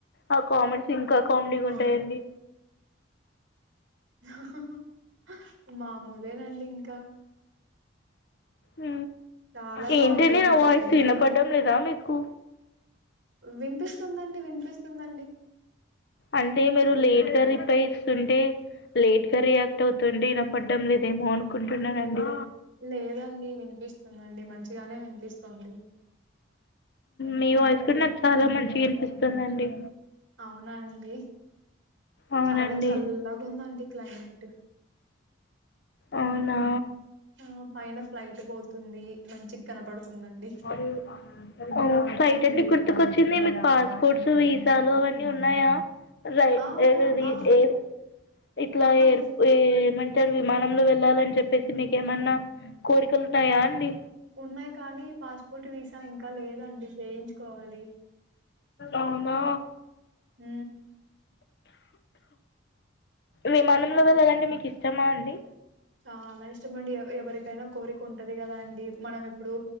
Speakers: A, on the left (about 55°); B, on the right (about 65°).
A: ఆ కామెంట్స్ ఇంకా కామెడీగా
B: అవునండి
A: ఉంటాయి ఏంది
B: అహహా మామూలేనే అండి ఇంకా
A: ఉ
B: చాలా
A: ఏంటి
B: కామెడీగా
A: అండి నా
B: ఉంటదండి
A: వాయిస్ వినపడం లేదా మీకు
B: వినిపిస్తుందండి వినిపిస్తుందండి
A: అంటే మీరు లేట్ గా రిప్లై ఇస్తుంటే లేట్ గా రియాక్ట్ అవుతుంది విన్న పడ్డం లేదు ఏమో అనుకుంటున్నానండి
B: లేదండి వినిపిస్తుంది అండి మంచిగానే వినిపిస్తుంది
A: మీ వాయిస్ కూడా నాకు చాలా మంచి అనిపిస్తుందిండి
B: అవునా అండి
A: అవునండి
B: చాలా చల్లగా ఉంది అండి క్లైమేట్
A: అవునా
B: ఆ పైన ఫ్లైట్ పోతుంది మంచి కనపడుతుందండి
A: అవ్వ్ ఆ అవ్వ్ ఫ్లైట్ ఏంది గుర్తుకొచ్చింది మీకు పాస్పోర్ట్స్ వీసాలు అవన్నీ ఉన్నాయా రై <unintelligible>
B: ఆ ఆ
A: ఇట్ల
B: ఆహా
A: ఎయిర్ ఏ ఏమంటారు విమానంలో వెళ్ళాలని చెప్పేసి మీకేమన్నా కోరికలు ఉన్నాయా అండి
B: ఉన్నాయి కానీ పాస్పోర్ట్ వీసా ఇంకా లేదండి చేయించుకోవాలి
A: అవునా
B: ఉ
A: విమానంలో వెళ్లాలంటే మీకు ఇష్టమా అండి
B: చాలా ఇష్టం అండి ఎవరికైనా కోరిక ఉంటది కదా అండి మనం ఇప్పుడు